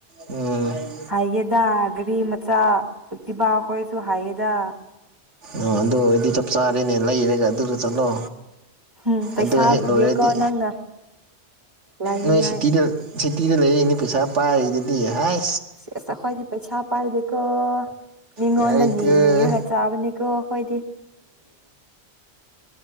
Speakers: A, on the right; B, on the right.
A: ꯎꯝ
B: ꯍꯩꯌꯦꯗ ꯒꯔꯤ ꯃꯆꯥ ꯑꯦꯛꯇꯤꯚꯥ ꯍꯣꯏꯁꯨ ꯍꯩꯌꯦꯗ
A: ꯑꯥ ꯑꯗꯨ ꯑꯣꯏꯗꯤ ꯆꯞ ꯆꯥꯔꯦꯅꯦ ꯂꯩꯔꯒ ꯑꯗꯨꯗ ꯆꯠꯂꯣ
B: ꯍꯝ ꯄꯩꯁꯥ
A: ꯑꯗꯨ ꯍꯦꯛ
B: ꯄꯤꯌꯣꯀꯣ
A: ꯂꯣꯏꯔꯗꯤ
B: ꯅꯪꯅ ꯂꯥꯏꯅꯤꯡꯉꯥꯏ
A: ꯅꯣꯏ ꯁꯤꯇꯤꯗ ꯁꯤꯇꯤꯗ ꯂꯩꯔꯤꯅꯦ ꯄꯩꯁꯥ ꯄꯥꯏꯔꯤꯗꯨꯗꯤ ꯍꯥꯏ
B: ꯁꯤꯁ ꯑꯈꯣꯏꯗꯤ ꯄꯩꯁꯥ ꯄꯥꯏꯗꯦꯀꯣ ꯃꯤꯉꯣꯗ
A: ꯌꯥꯔꯦꯀꯣ
B: ꯅꯤ ꯅꯤꯔ ꯆꯥꯕꯅꯤ ꯀꯣ ꯑꯈꯣꯏꯗꯤ